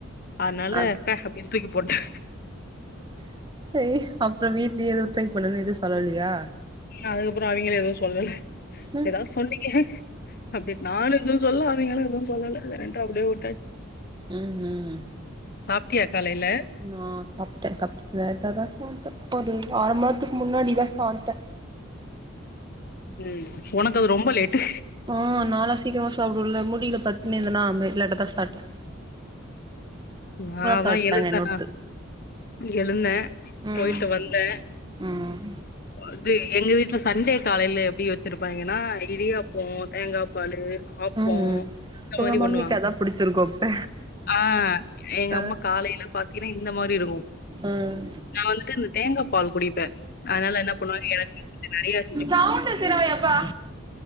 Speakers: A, on the left (about 50°); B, on the right (about 20°).
A: அனால
B: அ
A: பே அப்டின் தூக்கி போட்டே
B: அய்ய அப்பறோ வீட்லயே எதூ ட்ரை பண்ணுனு எது சொல்லலயா
A: அதுக்கப்பறோ அவிங்களு எதுவு சொல்லல
B: ம்
A: ஏதாவது சொன்னீங்க அப்டே நானு எதுவு சொல்லல அவிங்களு எதுவு சொல்லல செரின்ட்டு அப்டே விட்டாச்சு
B: ம் ம்
A: சாப்ட்டியா காலைல
B: நா சாப்ட்டே சாப்ட்டே லேட்டா தா சாப்ட்டே ஒரு ஆற மண் நேரத்துக்கு முன்னாடிதா சாப்ட்ட
A: ம் ஒனக்கு அது ரொம்ப லேட்டு
B: ஆ நாலா சீக்கரமா சாப்டுவல்ல முடில சட்னு இதெல்லா <unintelligible> லேட்டா தா சாப்ட்ட
A: நா
B: சாப்ட்டாங்க
A: தா எழுந்த
B: என்ன
A: நா
B: வுட்டு
A: எழுந்த
B: ம்
A: போயிட்டு வந்தே
B: ம்
A: அது எங்க வீட்ல சண்டே காலைல எப்டி வச்சிருப்பாய்ங்கனா இடியாப்போ தேங்கா பாலு ஆப்போ
B: ம் ம்
A: இந்த
B: உங்க
A: மாரி
B: மம்மிக்கு
A: பண்ணுவாங்க
B: அதா புடிச்சிருக்கு அப்ப
A: ஆ எங்க
B: ஆ
A: அம்மா காலைல பாத்தீனா இந்த மாரி இருக்கு
B: ம்
A: நா வந்துட்டு இந்த தேங்கா பால் குடிப்பே அய்னால என்ன பண்ணுவாங்க எனக்கு கொஞ்சோ நெறையா செஞ்சு
B: சவுண்ட்ஸ்ரவை அப்பா